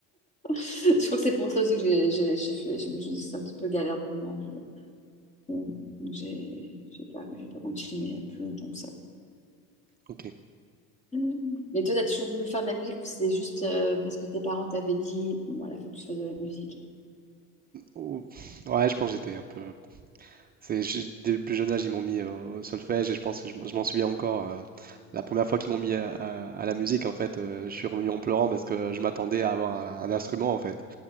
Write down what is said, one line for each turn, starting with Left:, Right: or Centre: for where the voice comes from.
Left: je crois que c'est pour ça aussi que j'ai j'ai- j'ai fait. Je me suis dit, c'est un petit peu galère pour moi. Je- bon, donc j'ai j'ai pas, j'ai pas continué plus longtemps que ça.
Right: Ok.
Left: Mhm. Mais toi, t'as toujours voulu faire de la musique ou c'était juste euh, parce que tes parents t'avaient dit, bon, voilà, faut que tu fasses de la musique.
Right: ou- Ouais, je pense que j'étais un peu. C'est, j'ai- dès le plus jeune âge, ils m'ont mis au au solfège et je pense que je, m- je m'en souviens encore. euh, la première fois qu'ils m'ont mis à, à- à la musique, en fait, euh, je suis revenu en pleurant parce que je m'attendais à avoir un, un instrument, en fait.